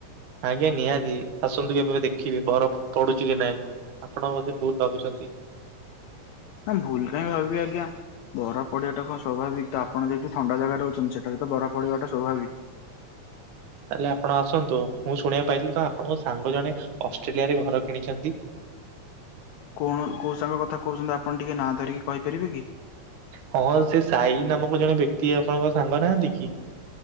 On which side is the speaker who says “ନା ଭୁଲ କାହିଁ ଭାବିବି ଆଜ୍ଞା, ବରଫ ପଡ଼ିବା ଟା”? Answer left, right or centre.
Left